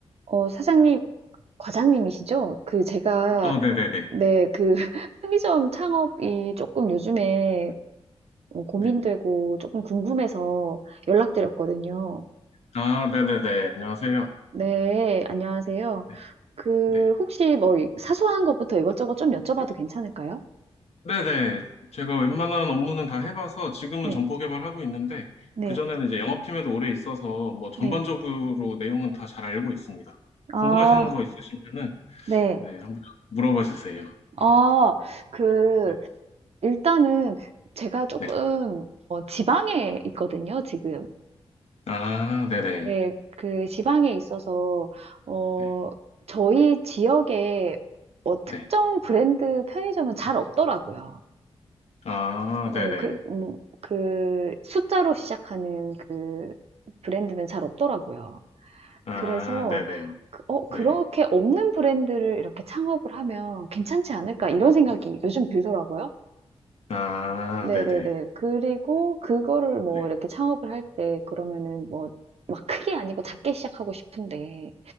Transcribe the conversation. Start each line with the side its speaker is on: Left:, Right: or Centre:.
Right: 어, 사장님, 과장님이시죠? 그 제가
Left: 어, 네네네.
Right: 네, 그 <laughs> 편의점 창업이 조금 요즘에 어, 고민되고
Left: 네.
Right: 조금 궁금해서 연락드렸거든요.
Left: 아, 네네네. 안녕하세요.
Right: 네, 안녕하세요.
Left: 네,
Right: 그
Left: 네.
Right: 혹시 뭐 이- 사소한 것부터 이것저것 좀 여쭤봐도 괜찮을까요?
Left: 네네. 제가 웬만한 업무는 다 해봐서 지금은
Right: 네,
Left: 점포 개발하고 있는데,
Right: 네,
Left: 그전에는 이제 영업팀에도 오래 있어서 뭐 전반적으로
Right: 네.
Left: 내용은 다 잘 알고 있습니다.
Right: 아,
Left: 궁금하신 거 있으시면은,
Right: 네.
Left: 네, 한번 물어봐 주세요.
Right: 아, 그
Left: 네,
Right: 일단은 제가 조금
Left: 네.
Right: 어, 지방에 있거든요, 지금.
Left: 아, 네네.
Right: 네, 그 지방에 있어서, 어,
Left: 네,
Right: 저희 지역에 어, 특정
Left: 네.
Right: 브랜드 편의점은 잘 없더라고요.
Left: 아,
Right: 어,
Left: 네네.
Right: 그, 음, 그 숫자로 시작하는 그 브랜드는 잘 없더라고요.
Left: 아,
Right: 그래서,
Left: 네네.
Right: 그- 어, 그렇게
Left: 네,
Right: 없는 브랜드를 이렇게 창업을 하면 괜찮지 않을까,
Left: 네.
Right: 이런 생각이 요즘 들더라고요.
Left: 아,
Right: 네네네.
Left: 네네.
Right: 그리고 그거를 뭐
Left: 네,
Right: 이렇게 창업을 할 때, 그러면은 뭐, 막 크게 아니고 작게 시작하고 싶은데,